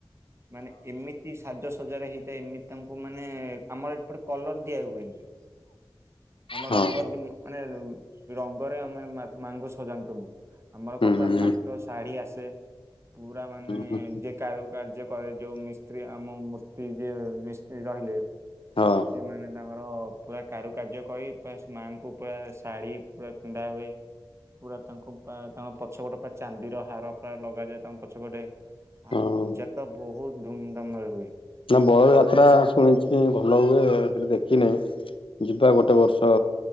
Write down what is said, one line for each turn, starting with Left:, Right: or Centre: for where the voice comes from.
Right: ମାନେ ଏମିତି ସାଜ ସଜାରେ ହେଇଥାଏ ଏମିତି ତାଙ୍କୁ ମାନେ ଆମର ଏପଟେ କଲର ଦିଆ ହୁଏନି। ଆମ
Left: ହଁ
Right: ରଙ୍ଗ ମାନେ ରଙ୍ଗରେ ଆମେ ମାଆଙ୍କୁ ସଜାନ୍ତୁନି ଆମର
Left: ହଁ
Right: କଣ ପୁରା
Left: ହୁଁ ହୁଁ
Right: ପାଟ ଶାଢୀ ଆସେ ପୁରା ମାନେ
Left: ହୁଁ
Right: ଯେ କ କ କ ଯୋଉ ମିସ୍ତ୍ରୀ ଆମ ମୂର୍ତ୍ତି ଯ ମିସ୍ତ୍ରୀ ରହିଲେ
Left: ହଁ
Right: ସେମାନେ ତାଙ୍କ ମମର ପୁରା କାରୁକାର୍ଯ୍ୟ କରି ପୁର ମାଆଙ୍କୁ ପୁରା ଶାଢୀ ପୁରା ପିଧା ହୁଏ। ପୁରା ତାଙ୍କୁ ତାଙ୍କ ପଛପଟ ପୁରା ଚାନ୍ଦିର ହାର ପୁରା ଲଗାଯା ତମ ପଛପଟେ
Left: ହଁ
Right: ଆଉ ପୂଜା ତ ବହୁତ ଧୁମଧାମରେ ହୁଏ।
Left: ନା ବଳ
Right: ଆଉ
Left: ଯାତ୍ରା
Right: ପ୍ରସ
Left: ଶୁଣିଛି ଭଲ ହୁଏ ସେଠି ଦେଖିନହିଁ ଯିବା ଗୋଟେ ବର୍ଷ